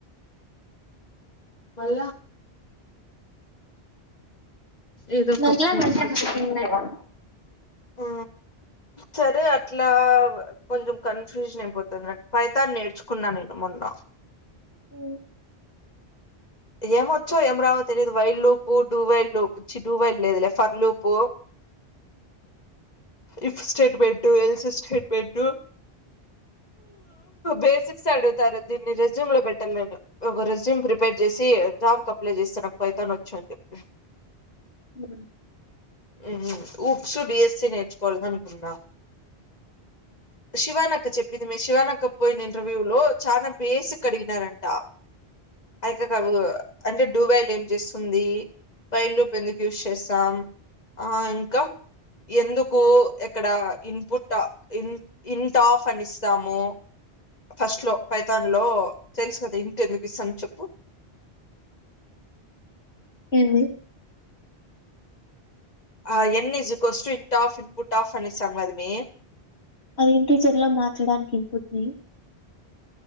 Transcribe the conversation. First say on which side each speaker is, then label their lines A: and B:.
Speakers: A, on the left; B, on the left.
A: మళ్ళ ఏదో
B: మళ్ళ
A: కంపెనీ
B: మళ్ళ మళ్ళ ఏం <inaudible>
A: ఆ సరే అట్లా కొంచం కన్ఫ్యూజన్ అయిపోతద్ నాక్ పైతాన్ నేర్చుకున్న నేను మొన్న
B: అవు
A: ఏమోచ్చో ఏం రావో తెలీదు వైలు పూట్ డువెలు చి డువెల్ లేదు లే for loop if statement else statement బేసిక్సే అడుగుతారు దీన్ని రెజ్యూమ్ లో పెట్టను నేను ఒక రెజ్యూమ్ ప్రి జేసి జాబ్ కప్లలే జేస్త నాకు పైతనొచ్చని చెప్పి
B: ఉ
A: ఉ ఊప్స్ డిఎస్సీ నేర్చుకోవాలనుకున్నా శివానక్క చెప్పింది మే శివానక్క పోయింది ఇంటర్వ్యూ లో చానా బేసిక్ అడిగినారంట అయితే <inaudible> అంటే డూబైల్ ఏం చేస్తుంది పైన్ రూప్ ఎందుకు యూస్ చేస్తాం ఆ ఇంక ఎందుకూ ఎక్కడ ఇన్పుట ఇన్ ఇన్ టాఫనిస్తాము ఫస్ట్లో పైతాన్ లో తెల్సు కదా ఇంట్ ఎందుకు సమ్ చెప్పు
B: ఎంది
A: అ ఎన్న్ ఇజికస్టు ఇన్ట్ ఆఫ్ ఇన్పుట్ ఆఫ్ అని ఇస్తాం గద మే
B: అది ఇంటిజర్ల మార్చడానికి ఇన్పుట్ని